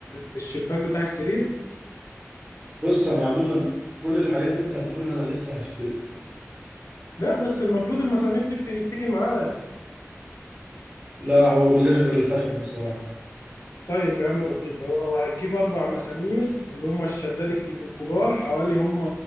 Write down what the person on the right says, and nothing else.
بص انا عموما كل الحاجات اللي انت هتقولها انا لسه هشتري
لا هو ما جاش غير الخشب بصراحة